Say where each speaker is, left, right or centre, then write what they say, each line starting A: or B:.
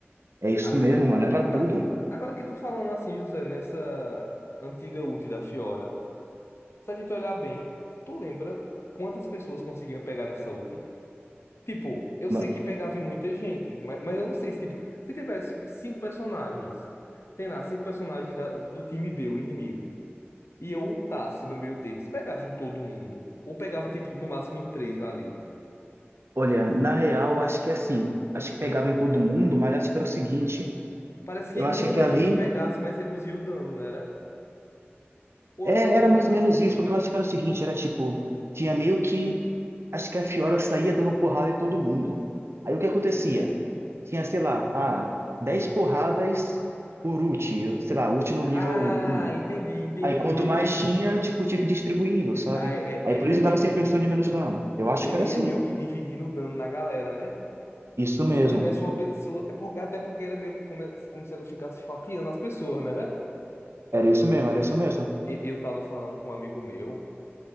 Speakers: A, on the right; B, on the left.
A: É isso
B: A-
A: mesmo,
B: a-
A: mano, é pra
B: Agora,
A: tudo.
B: que- agora que tu falando assim, José, nessa antiga ult da Fiora. Se a gente olhar bem, tu lembra quantas pessoas conseguiam pegar nessa ult? Tipo, eu
A: Ma-
B: sei que pegava em muita gente, mas, mas eu não sei se, tipo, se tivesse cinco personagens, tem lá, cinco personagens da- do time B, o inimigo, e eu ultasse no meio deles, pegava em todo mundo, ou pegava, tipo, no máximo em três ali.
A: Olha, na real, eu acho que assim, acho que pegava em todo mundo, mas acho que era o seguinte,
B: Parece que
A: eu
B: quanto
A: acho que aquilo
B: mais
A: ali
B: gente pegasse, mais reduzia o dano, não era? Ou
A: é,
B: eu eu
A: era
B: tô enganado?
A: mais ou menos isso, porque eu acho que era o seguinte, era tipo, tinha meio que, acho que a Fiora saía dando porrada em todo mundo. Aí o que acontecia? Tinha, sei lá, ah, 10 porradas por ult, sei lá, ult no nível
B: Ah,
A: um.
B: entendi, entendi,
A: Aí quanto
B: entendi.
A: mais tinha, tipo, tinha que ir distribuindo, sabe?
B: Ah, é-
A: Aí
B: é- ele,
A: por isso dava
B: ele
A: sempre um estudo de menos dano. Eu acho
B: ele
A: que era assim.
B: ia meio que dividindo o dano na galera, né?
A: Isso mesmo.
B: Se tivesse uma pessoa. É por- até porque era meio que como, como se ela ficasse fatiando as pessoas, né? era?
A: Era isso mesmo, era isso mesmo.
B: E- Eu tava falando com um amigo meu,